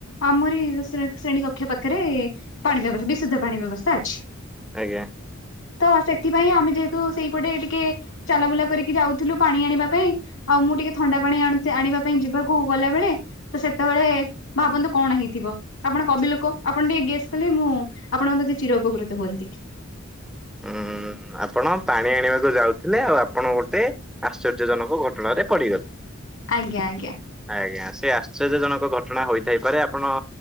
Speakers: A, on the left (about 75°); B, in the centre.
A: ଆମରି ଶ୍ରେଣୀ କକ୍ଷ ପାଖରେ ପାଣି ବ୍ୟବସ୍ଥା ବିଶୁଦ୍ଧ ପାଣି ବ୍ୟବସ୍ଥା ଅଛି।
B: ଆଜ୍ଞା।
A: ତ ସେଥିପାଇଁ ଆମେ ଯେହେତୁ ସେଇପଟେ ଟିକେ ଚାଲାବୁଲା କରିକି ଯାଉଥିଲୁ ପାଣି ଆଣିବା ପାଇଁ ଆଉ ମୁଁ ଟିକେ ଥଣ୍ଡା ପାଣି ଆ ଆଣିବା ପାଇଁ ଯିବାକୁ ଗଲାବେଳେ ତ ସେତେବେଳେ ଭାବନ୍ତୁ। କଣ ହେଇଥିବ ଆପଣ କବି ଲୋକ ଆପଣ ଟିକେ ଗେସ୍ କଲେ ମୁଁ ଆପଣଙ୍କ ପ୍ରତି ଚିର ଉପକୃତ ହୁଅନ୍ତି।
B: ଉଁ ଆପଣ ପାଣି ଆଣିବାକୁ ଯାଉଥିଲେ ଆଉ ଆପଣ ଗୋଟେ ଆଶ୍ଚର୍ଯ୍ୟଜନକ ଘଟଣାରେ ପଡିଗଲେ।
A: ଆଜ୍ଞା ଆଜ୍ଞା।
B: ଆଜ୍ଞା ସେ ଆଶ୍ଚର୍ଯ୍ୟଜନକ ଘଟଣା ହୋଇଥାଇପାରେ ଆପଣ